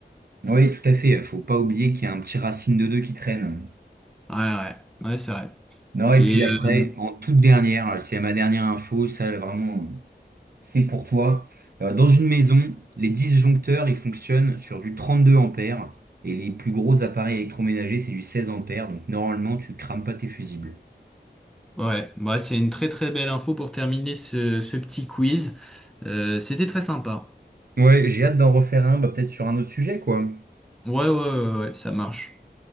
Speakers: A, on the right (about 60°); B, in the centre.
A: Oui, tout à fait. Faut pas oublier qu'il y a un petit racine de 2 qui traîne.
B: Ouais, ouais, ouais, c'est vrai.
A: Non,
B: Et
A: et puis
B: euh,
A: après, en toute dernière, c'est ma dernière info, ça vraiment, c'est pour toi. Euh, Dans une maison, les disjoncteurs, ils fonctionnent sur du 32 ampères et les plus gros appareils électroménagers, c'est du 16 ampères. Donc normalement, tu crames pas tes fusibles.
B: ouais, bah, c'est une très très belle info pour terminer ce, ce petit quiz. Euh, c'était très sympa.
A: Ouais, j'ai hâte d'en refaire un, bah, peut-être sur un autre sujet, quoi.
B: Ouais, ouais, ouais, ouais, ça marche.